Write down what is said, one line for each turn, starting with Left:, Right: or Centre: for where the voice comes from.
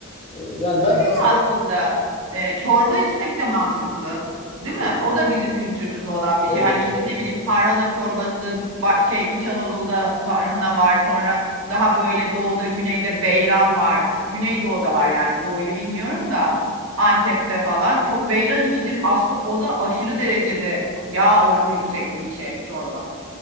Left: Eee, yani ben
Right: Şey
Left: aslında
Right: de aslında e, çorba içmek de mantıklı, değil
Left: çok
Right: mi? O da bizim kültürümüzde olan bir
Left: çok
Right: şey. Hani işte
Left: çok
Right: ne bileyim
Left: çok.
Right: tarhana çorbası, ba- şey İç Anadolu'da tarhana var. Sonra daha böyle doğuda, güneyde beyran var. Güneydoğu'da var yani doğuyu bilmiyorum da. Antep'te falan çok beyran içilir. Aslında o da aşırı derecede yağ oranı yüksek bir şey çorba.